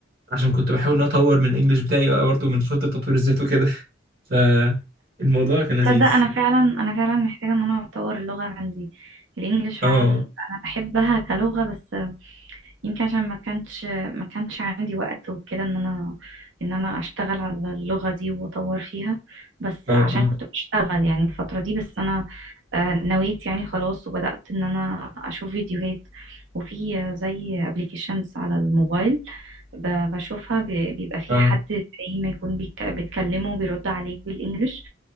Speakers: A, on the right; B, on the right.
A: عشان كنت بحاول ان أنا اطور من الانجليش بتاعي بقى برضه من خطة تطوير الذات وكده <laughs> فالموضوع كان
B: تصدق
A: لذيذ
B: أنا فعلا أنا فعلا محتاجة إن أنا أطور اللغة عندي الإنجليش
A: اه
B: فعلا أنا بحبها كلغة بس يمكن عشان ما كانش ما كانش عندي وقت وكده ان انا ان انا اشتغل على اللغة دي واطور فيها بس
A: اه
B: عشان
A: اه
B: كنت بشتغل يعني الفترة دي بس انا آه، نويت يعني خلاص وبدأت ان انا اشوف فيديوهات وفي آه، زي ابلكيشنز على الموبايل ب- بشوفها ب- بيبقى فيها
A: اه
B: حد زي ما يكون بيك- بتكلمه وبيرد عليك بالانجلش